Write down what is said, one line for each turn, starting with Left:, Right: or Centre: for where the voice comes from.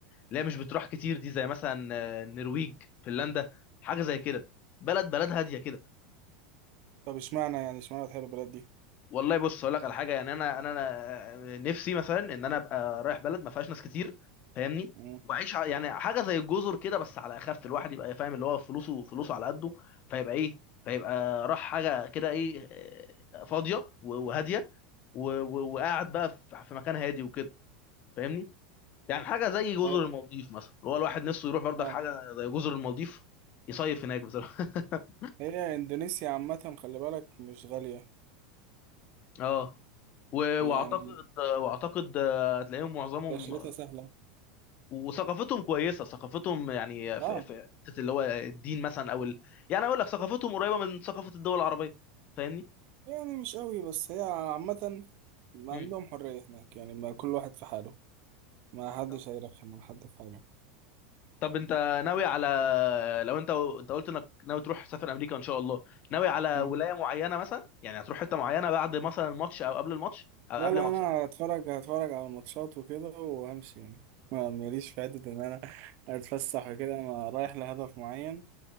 Left: اللي هي مش بتروح كتير دي زي مثلا آه، النرويج فنلندا حاجه زي كده بلد بلد هاديه كده
Right: طب اشمعنى يعني اشمعنى بتحب البلد دي
Left: والله بص اقول لك على حاجه يعني انا انا أنا نفسي مثلا ان انا ابقى رايح بلد ما فيهاش ناس كتير فاهمني
Right: مم.
Left: واعيش ع- يعني حاجه زي الجزر كده بس على اخف الواحد يبقى فاهم اللي هو فلوسه فلوسه على قده فيبقى ايه فيبقى راح حاجه كده ايه آه، فاضيه و- وهاديه و- و- وقاعد بقى في في مكان هادي وكده فاهمني يعني حاجه زي جزر
Right: اه
Left: المالديف مثلا هو الواحد نفسه يروح برضك
Right: آه.
Left: حاجه زي جزر المالديف يصيف هناك بصراحه <laughs>
Right: هي إندونيسيا عامة خلي بالك مش غالية
Left: اه و-
Right: يعني
Left: واعتقد واعتقد آه، هتلاقيهم معظمهم
Right: تأشيرتها سهلة
Left: وثقافتهم كويسه ثقافتهم يعني في
Right: اه
Left: في حته اللي هو الدين مثلا او ال... يعني اقول لك ثقافتهم قريبه من ثقافه الدول العربيه فاهمني
Right: يعني مش قوي بس هي عامة ما
Left: مم.
Right: عندهم حرية هناك يعني ما كل واحد في حاله ما حدش
Left: طب
Right: هيرخم على حد في حاله
Left: طب انت ناوي على لو انت انت قلت انك ناوي تروح سفر امريكا ان شاء الله ناوي على
Right: مم.
Left: ولايه معينه مثلا يعني هتروح حته معينه بعد مثلا الماتش او قبل الماتش او
Right: لا
Left: قبل
Right: لا
Left: ماتش
Right: انا
Left: اه
Right: هتفرج هتفرج على الماتشات وكده وهمشي يعني ما ماليش في حته ان انا اتفسح وكده انا رايح لهدف معين